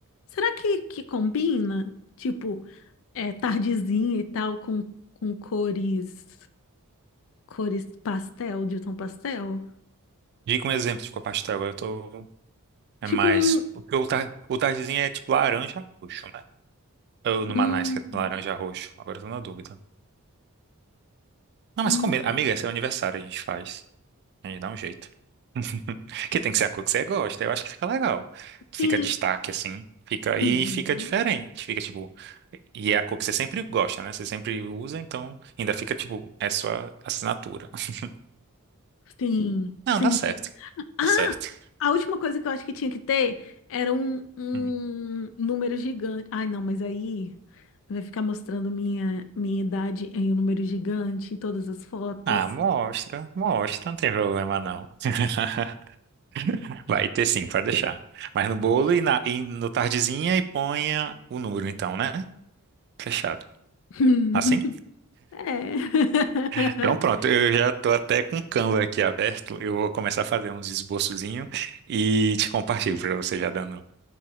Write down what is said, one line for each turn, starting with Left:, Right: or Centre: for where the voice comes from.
Left: Será que, que combina? Tipo, é, tardezinha e tal, com, com cores. Cores pastel, de tom pastel?
Right: Diga um exemplo de cor pastel. Agora eu tô. É
Left: Tipo
Right: mais.
Left: um.
Right: Porque o, tar... o tardezinho é tipo laranja roxo, né? Ou no
Left: um,
Right: Manais, que é laranja roxo. Agora eu tô na dúvida. Não, mas
Left: um
Right: combina. Amiga, esse é o aniversário, a gente faz. A gente dá um jeito. <laughs> Que tem que ser a cor que você gosta. Eu acho que fica legal. Fica
Left: sim.
Right: destaque, assim. Fica, e
Left: uhum,
Right: fica diferente. Fica, tipo... E é a cor que você sempre gosta, né? Você sempre usa, então ainda fica, tipo, é sua assinatura. <laughs>
Left: sim.
Right: Não,
Left: Sim,
Right: dá certo.
Left: sim. Ah!
Right: Dá certo.
Left: A última coisa que eu acho que tinha que ter era um, um
Right: Hum.
Left: número gigante. Ai, não, mas aí vai ficar mostrando minha, minha idade em um número gigante em todas as fotos.
Right: Ah, mostra. Mostra, não tem problema, não. <laughs> Vai ter sim, pode deixar. Mas no bolo
Left: Poxa.
Right: e, na, e no tardezinha e ponha o número, então, né? Fechado.
Left: <laughs>
Right: Assim?
Left: É. <laughs>
Right: Então pronto, eu já estou até com o Canva aqui aberto. Eu vou começar a fazer uns esboçozinhos e te compartilho para você já dando